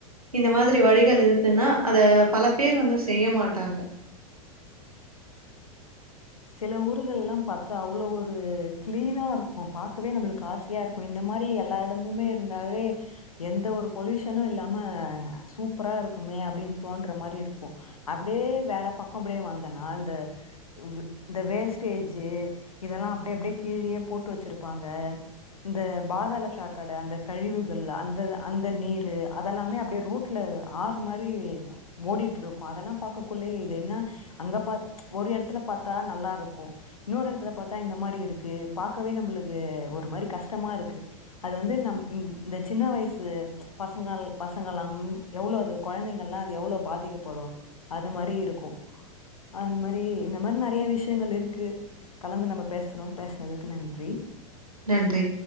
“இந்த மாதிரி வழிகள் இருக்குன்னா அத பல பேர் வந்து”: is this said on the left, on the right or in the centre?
Right